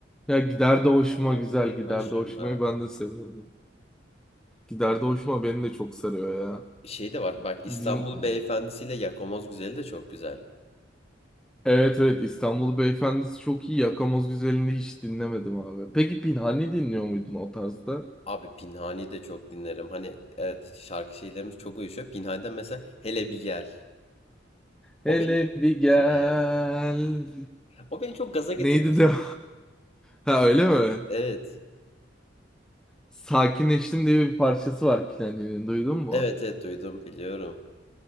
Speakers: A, in the centre; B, on the left.
A: Ya gider de hoşuma
B: haberdi
A: güzel gider
B: hoşuma.
A: de hoşumayı ben de seviyorum. Gider de hoşuma beni de çok sarıyor ya.
B: Şey de var bak İstanbul
A: Din... e,
B: Beyefendisiyle ile Yakamaz Güzeli de çok güzel.
A: Evet evet İstanbul Beyefendisi çok iyi. Yakamoz Güzeli'ni hiç dinlemedim abi. Peki Pinhani dinliyor muydun o tarzda?
B: Abi Pinhani de çok dinlerim. Hani evet şarkı şeylerimiz çok uyuşuyor. Pinhani'den mesela Hele Bir Gel.
A: Hele
B: O beni
A: bir gel.
B: Gel. O beni çok gaza getirmesi.
A: Neydi de? <laughs> Ha öyle mi?
B: Evet.
A: Sakinleştim diye bir parçası var Planin'in duydun mu?
B: Evet evet duydum biliyorum.